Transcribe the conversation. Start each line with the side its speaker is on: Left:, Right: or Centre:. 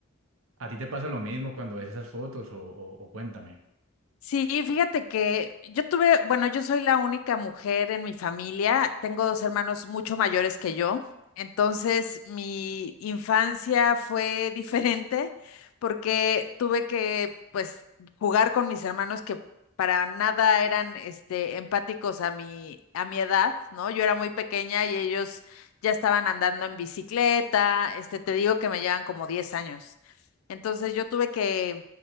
Right: a ti te pasa lo mismo cuando ves esas fotos o, o o cuéntame?
Left: Sí, fíjate que yo tuve, bueno, yo soy la única mujer en mi familia, tengo dos hermanos mucho mayores que yo, entonces mi infancia fue <laughs> diferente porque tuve que, pues, jugar con mis hermanos que para nada eran, este, empáticos a mi, a mi edad, ¿no? Yo era muy pequeña y ellos ya estaban andando en bicicleta, este, te digo que me llevan como 10 años. Entonces yo tuve que,